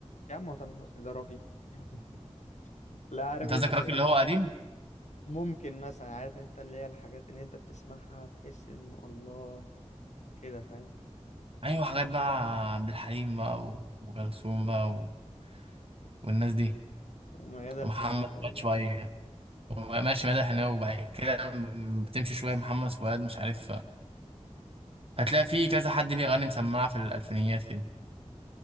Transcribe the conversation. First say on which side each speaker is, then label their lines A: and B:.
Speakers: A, on the left; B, on the right.
A: يا عم هو تامر حسني ده راقي <laughs> لا عارف
B: انت
A: انت
B: قصدك الراجل اللي هو قديم
A: ممكن مثلا عارف انت اللي هي الحاجات اللي انت بتسمعها تحس انه الله كده فاهم
B: ايوه حاجات بقى عبد الحليم بقى و- وكلثوم بقى و... والناس دي
A: وميادة
B: ومحمد
A: الحناوي
B: فؤاد شويه
A: بقى
B: ماشي مدح الحناوي وبعد كده بتمشي شويه محمد فؤاد مش عارف هتلاقي في كذا حد ليه اغاني مسمعه في الالفينيات كده